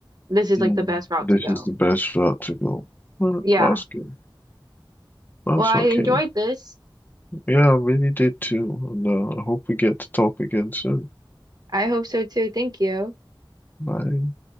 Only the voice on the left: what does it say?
Mm,
this
is the best route to go. Well,
that's good. That's
okay.
Yeah, I really did too. And uh, I hope we get to talk again soon.
Bye.